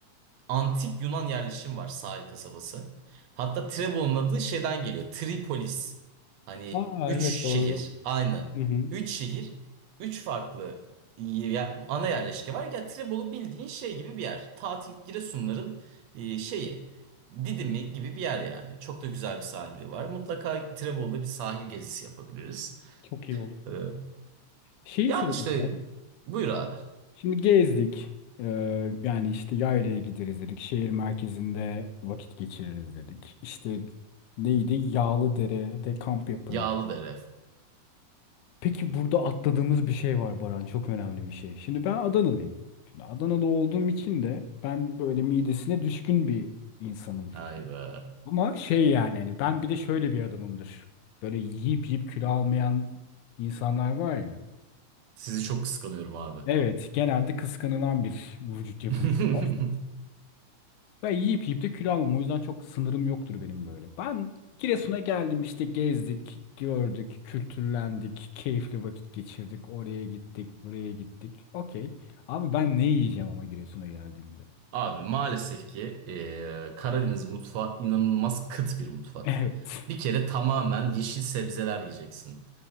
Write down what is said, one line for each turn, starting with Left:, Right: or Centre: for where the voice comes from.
Right: antik Yunan yerleşim var sahil kasabası. Hatta Trebon'un adı şeyden geliyor. Tripolis. Hani
Left: Aa
Right: üç
Left: evet
Right: şehir.
Left: doğru.
Right: Aynen.
Left: Hı hı,
Right: Üç şehir. Üç farklı ye- ana yerleşke var. Ya Trebolu bildiğin şey gibi bir yer. Tatil Giresunların e, şeyi. Didimi gibi bir yer yani. Çok da güzel bir sahili var. Mutlaka Trebolu'da bir sahil gezisi yapabiliriz.
Left: çok iyi olur.
Right: Ee,
Left: Şeyi
Right: yani
Left: soracağım.
Right: işte buyur abi.
Left: Şimdi gezdik. Ee, yani işte yaylaya gideriz dedik. Şehir merkezinde vakit geçiririz dedik. İşte neydi? Yağlıdere'de kamp yaparız.
Right: Yağlıdere.
Left: Peki burada atladığımız bir şey var Baran. Çok önemli bir şey. Şimdi ben Adanalıyım. Şimdi Adanalı olduğum için de ben böyle midesine düşkün bir insanım.
Right: Ay be.
Left: Ama şey yani hani ben bir de şöyle bir adamımdır. Böyle yiyip yiyip kilo almayan insanlar var ya.
Right: Sizi çok kıskanıyorum abi.
Left: Evet, genelde kıskanılan bir vücut yapım.
Right: <laughs>
Left: <laughs> Ben yiyip yiyip de kilo almam. O yüzden çok sınırım yoktur benim böyle. Ben Giresun'a geldim işte gezdik, gördük, kültürlendik, keyifli vakit geçirdik. Oraya gittik, buraya gittik. Okey. Abi ben ne yiyeceğim ama Giresun'a geldiğimde? <laughs>
Right: Abi maalesef ki eee, Karadeniz mutfağı inanılmaz kıt bir mutfak.
Left: Evet.
Right: Bir kere tamamen yeşil sebzeler yiyeceksin.